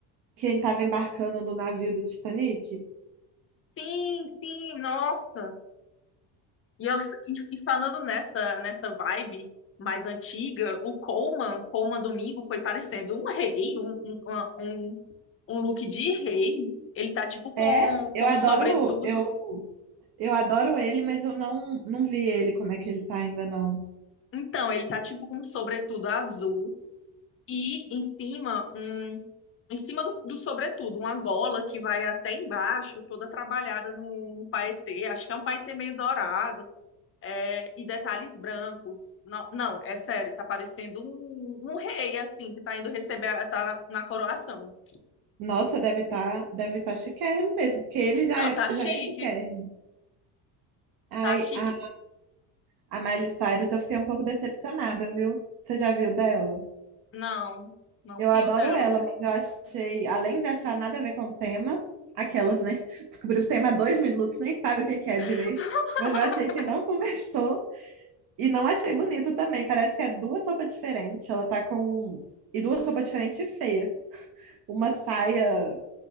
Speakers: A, on the right; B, on the left.
A: quem tava embarcando no navio do Titanic.
B: Sim, sim, nossa. E, eu, e, e falando nessa, nessa vibe mais antiga, o Coleman, Coleman Domingo, foi parecendo um rei, um, um, um, um look de rei. Ele tá tipo com,
A: É, eu
B: com
A: adoro,
B: sobretudo.
A: eu eu adoro ele, mas eu não não vi ele como é que ele tá ainda não.
B: Então, ele tá tipo com um sobretudo azul e em cima um. Em cima do, do sobretudo, uma gola que vai até embaixo, toda trabalhada no, no paetê. Acho que é um paetê meio dourado, é, e detalhes brancos. Não, não, é sério, tá parecendo um, um rei, assim, que tá indo receber, a- tá na coroação.
A: Nossa, deve estar, deve tá chiquérrimo mesmo, porque ele já
B: Não,
A: é,
B: tá chique,
A: já é chiquérrimo. Ai,
B: tá chique.
A: a, a Miley Cyrus eu fiquei um pouco decepcionada, viu? Você já viu dela?
B: Não, não
A: Eu
B: viu
A: adoro
B: dela.
A: ela, mas eu achei, além de achar nada a ver com o tema, aquelas, né? <laughs> Descobriu o tema há dois minutos, nem sabe o que que é direito,
B: <laughs>
A: mas eu achei que não <laughs> conversou e não achei bonito também. Parece que é duas roupas diferentes. Ela tá com. um, E duas roupas diferentes e feia. Uma saia,